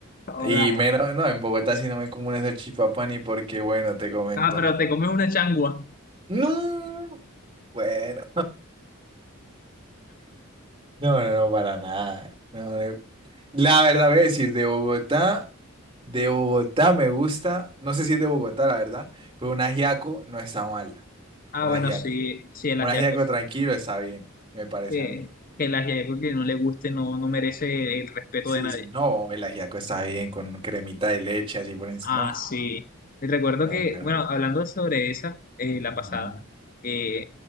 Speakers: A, on the left; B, on the right.
A: Joda.
B: Y menos, no, en Bogotá sí no me como una salchipapa ni porque, bueno, te comento.
A: Ah, pero te comes una changua.
B: No, bueno. No, no, no, para nada. No, no. La verdad voy a decir, de Bogotá, de Bogotá me gusta, no sé si es de Bogotá, la verdad, pero un ajiaco no está mal.
A: Ah,
B: Un
A: bueno,
B: ajiaco.
A: sí, sí, el
B: Un
A: ajiaco,
B: ajiaco
A: sí.
B: tranquilo está bien, me parece
A: Eh,
B: a mí.
A: que el ajiaco que no le guste no, no merece el respeto
B: Sí,
A: de nadie.
B: sí, no, el ajiaco está bien con cremita de leche, así por encima.
A: Ah, sí. Y Recuerdo
B: No,
A: que,
B: es buena.
A: bueno, hablando sobre esa, eh, la
B: Ujú.
A: pasada, eh,